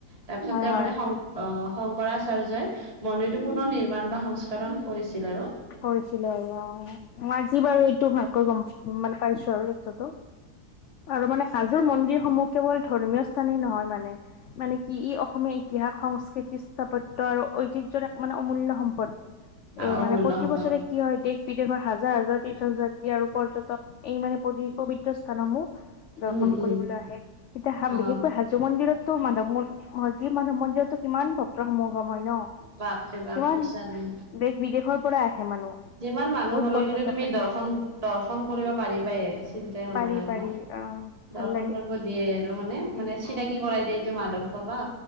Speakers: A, on the right (about 25°); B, on the left (about 70°).
A: তাৰ পিছত
B: হয়
A: তেওঁ
B: হয়,
A: মানে শং অহ শংকৰাচাৰ্যই মন্দিৰটো পুনৰ নিৰ্মাণ বা সংস্কাৰণ কৰিছিল আৰু
B: কৰিছিলে আৰু অ আজি বাৰু এইটো ভালকৈ গম মানে পাইছো আৰু সেইটো টো আৰু মানে হাজ জোৰ মন্দিৰসমূহ কেৱল ধৰ্মীয় স্থানেই নহয় মানে মানে কি ই অসমীয়া ইতিহাস সংস্কৃতি স্থাপত্য আৰু ঐতি যত এক মানে অমূল্য সম্পদ এই
A: অ অমূল্য
B: মানে প্ৰতি
A: সম্পদ
B: বছৰে কি হয় দেশ বিদেশৰ হাজাৰ হাজাৰ তীৰ্থ যাত্ৰী আৰু পৰ্যটক এই মানে পবি পবিত্ৰ স্থানসমূহ দৰ্শন
A: উম উম
B: কৰিবলৈ আহে এতিয়া হাম
A: অ
B: বিশেষকৈ হাজ জো মন্দিৰতো মাধৱ ম মধ যি মন্দিৰতটো কিমান ভক ক্তৰ সমগম হয় ন
A: বাপৰে বাপ
B: কিমান
A: সঁচা তুমি
B: দেশ বিদেশৰ পৰা আহে মানুহ
A: যিমান মানুহ
B: বহুত
A: হলেও
B: পৰ্যটক
A: কিন্তু তুমি
B: আহে।
A: দৰ্শন দৰ্শন কৰিব পাৰিবাই চিন্তাই কৰিব
B: পাৰি
A: নাই
B: পাৰি
A: ন
B: আহ ভাল
A: দৰ্শন
B: লাগে
A: কৰিব দিয়ে আৰু মানে
B: উম
A: মানে চিনাকি
B: উম
A: কৰাই দিয়ে এইটো মাধৱ পাবা